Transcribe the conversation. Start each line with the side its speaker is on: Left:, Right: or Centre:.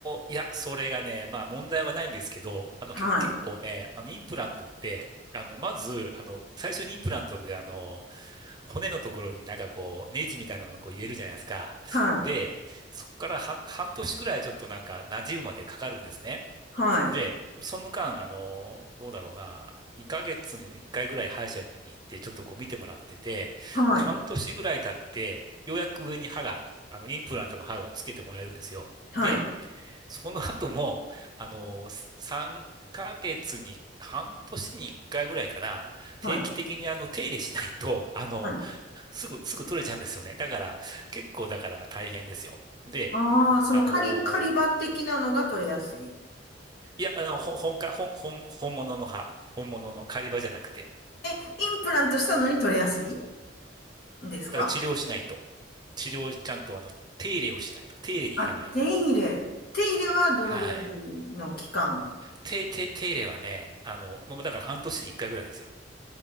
Right: ーいや、それがね、まあ問題はないんですけど、あの、
Left: はい。
Right: け、結構ね、あの、インプラントって、あの、まず、あの、最初にインプラントで、あの、骨のところになんかこう、ネジみたいなのをこう入れるじゃないですか。
Left: はい。
Right: で、そこから半、半年ぐらいちょっとなんか、馴染むまでかかるんですね。
Left: はい。
Right: で、その間、あの、どうだろうな、2ヶ月に1回ぐらい歯医者に行って、ちょっとこう見てもらってて、
Left: はい。
Right: で、半年ぐらい経って、ようやく上に歯が、あの、インプラントの歯がつけてもらえるんですよ。
Left: はい。
Right: で、その後も、あの、3ヶ月に、半年に1回ぐらいかな、定期的にあの、
Left: はい。
Right: 手入れしないと、あの、
Left: はい。
Right: すぐ、すぐ取れちゃうんですよね。だから、結構だから大変ですよ。で、
Left: ああ、その狩り、
Right: あの
Left: 狩り場的なのが取れやすい。イ
Right: いや、あの、ほ本か、本、本、本物の歯。本物の狩り場じゃなくて。
Left: ンプラントしたのに取れやすいんですか
Right: だから治療しないと。治療ちゃんとあの、手入れをしないと。手入れに行かないと。
Left: あ、手入れ。手入れはどのぐらい
Right: はい。
Left: の期間
Right: 手、手、手入れはね、あの、もうだから半年に一回ぐらいですよ。